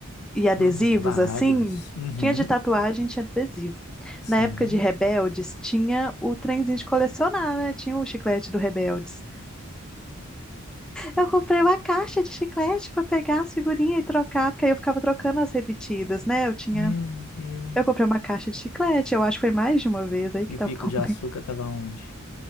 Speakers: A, in the centre; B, on the left.
A: e adesivos
B: Hum, Vários.
A: assim?
B: Uhum,
A: Tinha de tatuagem, tinha de adesivo.
B: sim.
A: Na época de Rebeldes, tinha o trenzinho de colecionar, né? Tinha o chiclete do Rebeldes. Eu comprei uma caixa de chiclete para pegar as figurinhas e trocar, porque aí eu ficava trocando as repetidas, né? Eu tinha.
B: Meu Deus.
A: Eu comprei uma caixa de chiclete, eu acho que foi mais de uma vez aí
B: E
A: que
B: o
A: tá
B: pico
A: o <laughs> problema.
B: de açúcar tava onde?